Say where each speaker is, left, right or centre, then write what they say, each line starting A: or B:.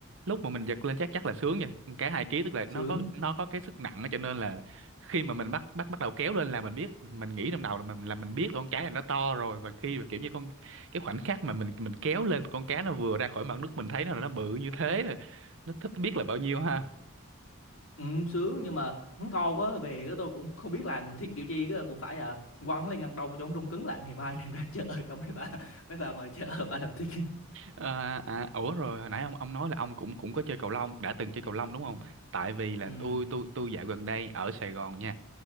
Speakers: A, on the right (about 60°); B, on the left (about 70°).
A: lúc mà mình giật lên chắc chắc là sướng rồi. Con Cá 2 kg tức là
B: sướng
A: nó có nó có cái sức nặng á, cho nên là khi mà mình bắt bắt bắt đầu kéo lên là mình biết mình nghĩ trong đầu là mình là mình biết là con cá này nó to rồi và khi mà kiểu như con cái khoảnh khắc mà mình mình kéo lên con cá nó vừa ra khỏi mặt nước mình thấy nó là nó bự như thế rồi. Nó thích biết là bao nhiêu ha.
B: ừ, sướng nhưng mà hắn to quá về cái tôi cũng không biết làm thịt kiểu chi cái cũng phải à quăng lên ngăn đông cho nó đông cứng lại ngày mai đem ra chợ <laughs> cho mấy bà mấy bà ngoài chợ bà làm thịt
A: À, à, ủa rồi hồi nãy ông ông nói là ông cũng cũng có chơi cầu lông đã từng chơi cầu lông đúng không?
B: <laughs>
A: Tại vì là
B: ừ
A: tôi tôi tôi dạo gần đây ở Sài Gòn nha